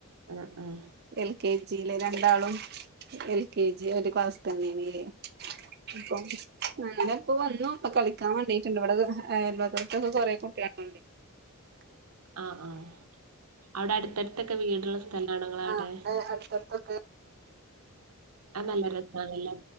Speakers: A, on the right (about 85°); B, on the right (about 45°).
A: ഉ ഉം
B: എൽ കെ ജിയിലെ രണ്ടാളും എൽ കെ ജി ഒരു ക്ലാസ് തന്നെയാണ് അപ്പൊ ഞങ്ങ ഇപ്പ വന്നു ഇപ്പൊ കളിക്കാൻ മണ്ടിയിട്ടുണ്ട് അയൽവക്കത്ത് കുറെ കുട്ടികളുണ്ട് <unintelligible>
A: ആഹ ആഹ അവിടെ അടുത്തടുത്തൊക്കെ വീടുള്ള സ്ഥല ആണ ങ്ങള
B: ആ
A: അവിടെ
B: ഇവിടെ അടുത്തടുത്തൊക്കെ
A: ആ നല്ല രസമാല്ല